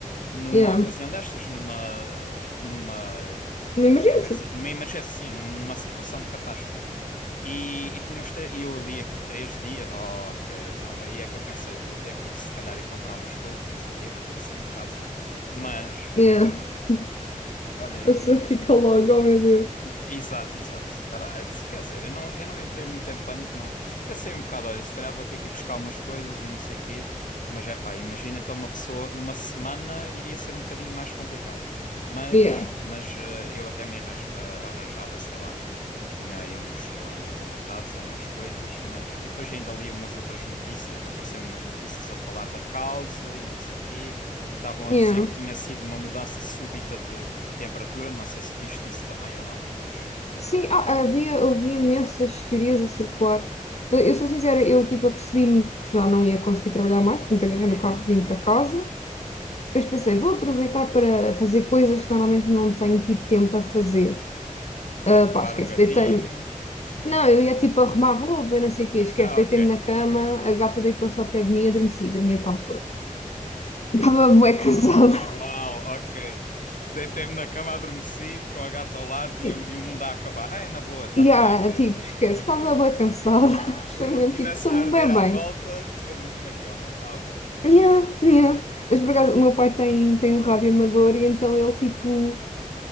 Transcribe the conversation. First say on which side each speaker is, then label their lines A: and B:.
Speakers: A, on the left; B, on the left.
A: numa
B: Yeah.
A: ocasião destas, numa, numa,
B: Uma emergência.
A: como é que se diz? Numa emergência, sim, num- numa situação de catástrofe. E, e tinha os tre- e eu li aquilo três dias. Oh, ok, então aí é que eu pensei, vou ter que ir se calhar e comprar umas coisas, não sei o quê, vou ter que sair de casa. Mas, mas,
B: Yeah. <laughs>
A: olha, aí.
B: A pessoa fica logo, oh meu Deus.
A: Exato, exato. Ah, t- quer dizer, eu não, eu não entrei muito em pânico, não. Pensei um bocado, olha, se calhar vou ter que ir buscar umas coisas e não sei quê, mas é pá, imagina então uma pessoa, uma semana iria ser um bocadinho mais complicado. Mas,
B: Yeah.
A: mas eh, eu até me arranja- eh, arranjava, sei lá, tinha aí uns, eh, uns enlatados ou umas coisas, mas. E depois ainda li umas outras notícias, apareceram umas notícias a falar da causa e não sei quê, e estavam a
B: Yeah.
A: dizer que tinha sido uma mudança súbita temperatura. Não sei se viste isso também ou não, mas.
B: Sim, ah, havia, havia imensas teorias a circular. Mas Eu sou sincera, eu tipo apercebi-me que já não ia conseguir trabalhar mais, portanto agarrei no
A: Uhum.
B: carro e vim para casa. Depois pensei, vou aproveitar para fazer coisas que normalmente não tenho tido tempo a fazer. Ah,
A: Escovar
B: pá, esquece,
A: o gatinho.
B: deitei-me.
A: <laughs>
B: Não, eu ia tipo arrumar roupa, eu não sei o quê, esquece,
A: Ah,
B: deitei-me
A: ok.
B: na cama, a gata deitou-se ao pé de mim e adormeci, dormia a tarde toda. Estava bué cansada.
A: Uau, ok. Deitei-me na cama, adormeci com a gata ao lado
B: <laughs>
A: e o, e o mundo a acabar. Ah, é na boa, está
B: E,
A: tudo
B: ah,
A: a arder.
B: tipo, esquece,
A: Tranquilo.
B: estava bué cansada. <laughs>
A: Se
B: Foi
A: o mundo
B: mesmo
A: estivesse
B: tipo, sou
A: a arder
B: bué
A: à
B: bem.
A: volta, tu a dormir na cama, tá bom.
B: Yeah, yeah. Mas por acaso, o meu pai tem, tem um rádio amador e então ele tipo,